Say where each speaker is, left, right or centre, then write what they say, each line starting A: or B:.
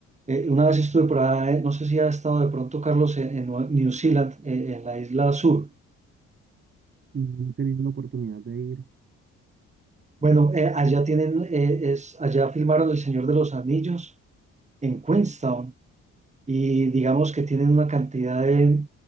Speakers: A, on the right (about 25°); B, on the right (about 40°).
A: Eh, una vez estuve por ahí, eh, no sé si ha estado de pronto, Carlos, en, en Nue- New Zealand, eh, en la isla sur.
B: No he tenido la oportunidad de ir.
A: Bueno, eh, allá tienen, eh, es, allá filmaron El Señor de los Anillos en Queenstown y digamos que tienen una cantidad de,